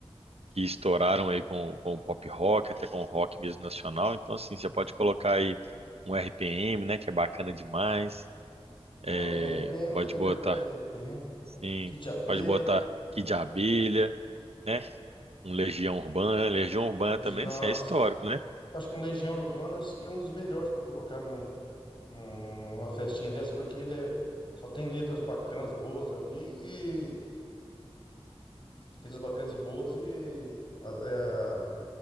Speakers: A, on the right (about 70°); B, on the left (about 50°).
A: que estouraram aí com, com o pop rock, até com o rock mesmo nacional. Então, assim, você pode colocar aí um RPM, né, que é bacana demais.
B: Oh,
A: É,
B: tem RPM
A: pode
B: também,
A: botar,
B: é verdade, RPM.
A: sim,
B: Kid de Abelha,
A: pode botar
B: né?
A: Kid Abelha, né, um Legião Urbana. Legião Urbana
B: Legi-
A: também,
B: Nossa,
A: assim, é histórico, né?
B: acho que um Legião Urbana acho que é um dos melhores para colocar num, num- num- numa festinha dessa, porque ele é- só tem letras bacanas, boas ali, e letras bacanas e boas, e a-